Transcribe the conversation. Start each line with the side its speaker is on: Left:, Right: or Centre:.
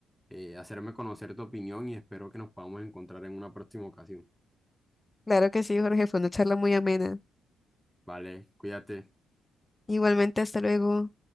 Centre: eh, hacerme conocer tu opinión y espero que nos podamos encontrar en una próxima ocasión.
Left: Claro que sí, Jorge, fue una charla muy amena.
Centre: Vale, cuídate.
Left: Igualmente, hasta luego.